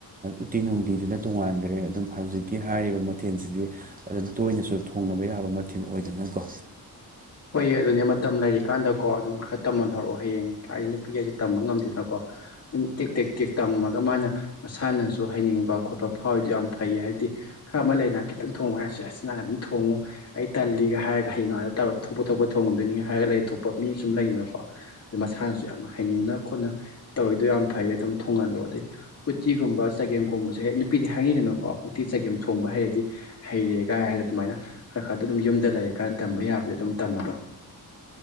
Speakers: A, on the right; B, on the left.
A: ꯎꯇꯤ ꯅꯨꯡꯇꯤꯗꯨꯗ ꯇꯣꯉꯥꯟꯈ꯭ꯔꯦ ꯑꯗꯨꯝ ꯍꯧꯖꯤꯛꯀꯤ ꯍꯥꯏꯔꯤꯕ ꯃꯊꯦꯜꯁꯤꯗꯤ ꯑꯗꯨꯝ ꯇꯣꯏꯅꯁꯨ ꯊꯣꯡꯅꯕ ꯌꯥꯕ ꯃꯊꯦꯜ ꯑꯣꯏꯗꯅꯀꯣ
B: ꯍꯣꯏꯌꯦꯦ ꯑꯗꯨꯅꯦ ꯃꯇꯝ ꯂꯩꯔꯤꯀꯥꯟꯗꯀꯣ ꯑꯗꯨꯝ ꯈꯔ ꯇꯝꯍꯟꯊꯧꯔꯛꯑꯣ ꯍꯌꯦꯡ ꯍꯥꯏꯗꯤ ꯅꯨꯄꯤ ꯍꯥꯏꯁꯦ ꯇꯝꯕ ꯉꯝꯗꯦꯗꯅꯀꯣ ꯑꯗꯨꯝ ꯇꯦꯛ ꯇꯦꯛ ꯇꯦꯛ ꯇꯝꯝꯃꯒ ꯃꯥꯅ ꯃꯁꯥꯅꯁꯨ ꯍꯥꯏꯩꯅꯤꯡꯕ ꯈꯣꯠꯄ ꯐꯥꯎꯗꯤ ꯌꯥꯝ ꯐꯩ ꯍꯥꯏꯕꯗꯤ ꯈꯔ ꯑꯃ ꯂꯩꯅ ꯈꯤꯇꯪ ꯊꯣꯡꯉꯨ ꯍꯥꯏꯔꯁꯨ ꯑꯁ ꯅꯥꯇꯝ ꯊꯣꯡꯉꯨ ꯑꯩ ꯇꯜꯂꯤꯒ ꯍꯥꯏꯔꯒ ꯍꯌꯦꯡ ꯉꯥꯇ ꯇꯧꯔ ꯊꯣꯛꯄ ꯊꯣꯛꯄ ꯊꯣꯡꯉꯗꯣꯏꯅꯤ ꯍꯥꯏꯔꯒ ꯂꯩ ꯊꯣꯛꯄ ꯃꯤ ꯁꯨꯝ ꯂꯩꯗꯅꯀꯣ ꯑꯗꯩ ꯃꯁꯥꯅꯁꯨ ꯌꯥꯝ ꯍꯩꯅꯤꯡꯅ ꯈꯣꯠꯅ ꯇꯧꯔꯤꯗꯣ ꯌꯥꯝ ꯐꯩ ꯑꯗꯨꯝ ꯊꯣꯡꯍꯜꯂꯣ ꯑꯗꯩ ꯎꯇꯤꯒꯨꯝꯕ ꯆꯒꯦꯝꯒꯨꯝꯕꯁꯦ ꯍꯥꯏ ꯅꯨꯄꯤꯗꯤ ꯍꯥꯏꯉꯤꯗꯅꯀꯣ ꯎꯇꯤ ꯆꯒꯦꯝ ꯊꯣꯡꯕ ꯍꯥꯏꯔꯗꯤ ꯍꯩꯔꯦ ꯀꯥꯏ ꯍꯥꯏꯔꯅ ꯑꯗꯨꯃꯥꯏꯅ ꯈꯔ ꯈꯔꯗ ꯑꯗꯨꯝ ꯌꯨꯝꯗ ꯂꯩꯔ ꯀꯥꯟꯅ ꯇꯝꯕ ꯌꯥꯕꯗꯤ ꯑꯗꯨꯝ ꯇꯝꯍꯜꯂꫭ